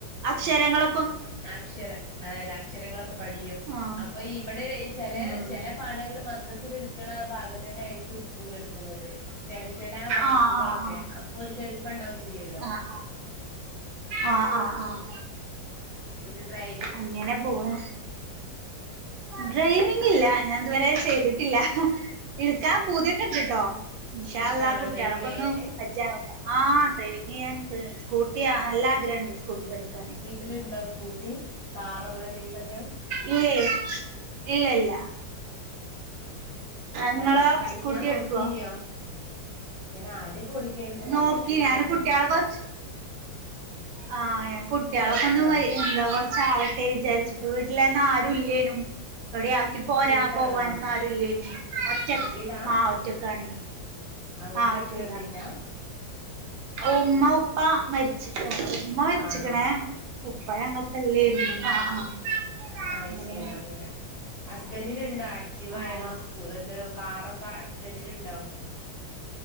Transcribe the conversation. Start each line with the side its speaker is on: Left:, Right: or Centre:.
Right: അക്ഷരങ്ങളൊ
Left: അക്ഷരം അതായത് അക്ഷരങ്ങളൊക്കെ പഠിയും
Right: ആഹ്
Left: അപ്പൊ ഇവിടെള്ളയി ചെല
Right: ഉം
Left: ചെല പാഠങ്ങൾ മദ്രസേൽ ഇടുക്കണ ഭാഗം തന്നെ ആയിരിക്കും സ്കൂളില് എടുക്കുന്നത് ചെല വാക്കുകളൊക്കെ
Right: ആഹ് ആഹ് ആഹ്
Left: അപ്പൊ ഓർക്ക് എളുപ്പം ഇണ്ടാവും ചേയ്യല്ലോ
Right: ആഹ് ആഹ് ആഹ് ആഹ് ആഹ്
Left: പിന്നെ ഡ്രൈ
Right: അങ്ങനെ പോണ് ഡ്രൈവിംഗ് ഇല്ല ഞാൻ ഇതുവരെ ചെയ്തിട്ടില്ല ഇടുക്കാൻ പൂതിക്കെ ഇണ്ടട്ടോ ഇൻഷാ
Left: ഇഷ്ടാണോ
Right: അള്ളാ കുട്ട്യാളൊക്കൊന്ന്
Left: ഡ്രൈവിങ് ചെയ്യാന്
Right: പരിജാവട്ടെ ആഹ് ഡ്രൈവിംഗിയ്യാ എക്ക് സ്കൂട്ടി ആ നല്ല ആഗ്രഹം ഇണ്ട് സ്കൂട്ടി പഠിക്കാൻ
Left: വീട്ടിലുണ്ടാ സ്കൂട്ടി കാറോ ങ്ങനെ എന്തെങ്കിലൊക്കെ
Right: ഇല്ലേ ഇല്ല ഇല്ല ഇങ്ങളോ
Left: ആഹ് പഠിക്കാൻ
Right: സ്കൂട്ടി
Left: നോക്കീന്യോ
Right: എടുക്കുവോ
Left: ഞാൻ ആദ്യക്കെ ഓടി ക്കെയിരുന്നു
Right: നോക്കി
Left: കല്യാണത്തിന്റെ
Right: ഞാന്
Left: ഒക്കെ മുന്നേ
Right: കുട്ടികളെ കൊറച്ച് ആഹ് ഞാൻ കുട്ടികളൊക്കെ ഒന്ന്
Left: ആഹ്
Right: വൈ എന്താ കൊറ ചാവട്ടെ വിചാരിച്ചിട്ട് വീട്ടിലെന്ന ആരും ഇല്ലേനും എവിടെ ആ ക്കി പോരാ
Left: ഒറ്റ വീടാണോ
Right: പോവാനൊന്നും ആരുല്ലേനും ഒറ്റക്കു
Left: ഒറ്റ വീടാ
Right: ആഹ് ഒറ്റക്കാണെ
Left: ഉമ്മേം
Right: ആഹ് ഒറ്റ
Left: ഉപ്പേം
Right: വീടാണ്
Left: ഒന്നുല്ല
Right: ഉമ്മ ഉപ്പ മരി ച്ച്ക്കന് ഉമ്മ മരിച്ചിക്കണ്
Left: ആണോ
Right: ഉപ്പ ഞങ്ങപ്പം ഇല്ലായിരുന്നു ആഹ് ആഹ്
Left: അയ്
Right: അങ്ങനെ
Left: ശരി ആ ഹസ്ബൻഡിനുണ്ടോ ആക്റ്റീവ
Right: ആഹ്
Left: ആയണോ സ്കൂ ഇത് കാറൊക്കെ ഹസ്ബൻ്റിനുണ്ടോ